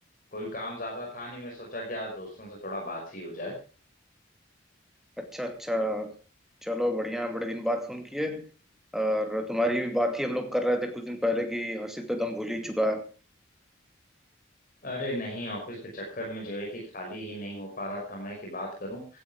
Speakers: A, on the left; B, in the centre.
A: कोई काम ज्यादा था नहीं मैं सोचा कि आज दोस्तों से थोड़ा बात ही हो जाए
B: अच्छा अच्छा चलो बढ़िया बड़े दिन बाद फोन किए और तुम्हारी भी बात ही हम लोग कर रहे थे कुछ दिन पहले कि हर्षित तो दम भूल ही चुका है
A: अरे नहीं ऑफिस के चक्कर में जो है कि खाली ही नहीं हो पा रहा था मैं कि बात करूं